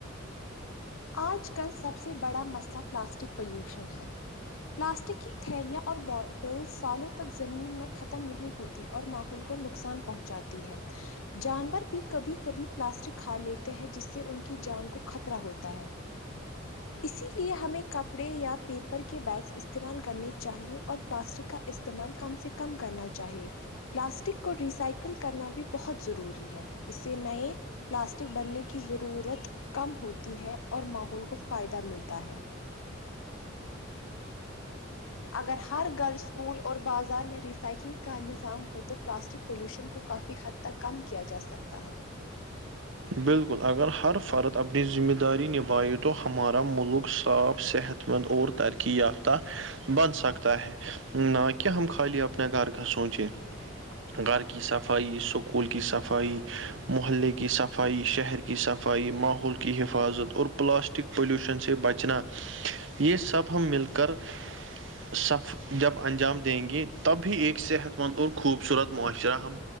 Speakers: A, on the left (about 80°); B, on the right (about 65°).
A: آج کل سب سے بڑا مسئلہ پلاسٹک پولوشن ہے پلاسٹک کی تھیلیاں اور بوٹلز سالوں تک زمین میں ختم نہیں ہوتی اور ماحول کو نقصان پہنچاتی ہے جانور بھی کبھی کبھی پلاسٹک کھا لیتے ہیں جس سے ان کی جان کو خطرہ ہوتا ہے اسی لیے ہمیں کپڑے یا پیپر کے بیگس استعمال کرنے چاہیے اور پلاسٹک کا استعمال کم سے کم کرنا چاہیے پلاسٹک کو ریسائکل کرنا بھی بہت ضروری ہے اسے نئے پلاسٹک بننے کی ضرورت کم ہوتی ہے اور ماحول کو فائدہ ملتا ہے اگر ہر گھر اسکول اور بازار میں سائکلنگ کا نظام ہو تو پلاسٹک پالوشن کو کافی حد تک کم کیا جا سکتا ہے
B: بالکل اگر ہر فرد اپنی ذمہ داری نبھائے تو ہمارا ملک صاف صحت اور ترقی یافتہ بن سکتا ہے نہ کہ ہم خالی اپنے گھر کا سوچیں گھر کی صفائی سکول کی صفائی محلے کی صف صفائی شہر کی صفائی ماحول کی حفاظت اور پلاسٹک پولیوشن سے بچنا یہ سب ہم مل کر سفر جب انجام دیں گے تب بھی ایک صحت مند اور خوبصورت معاشرہ ہم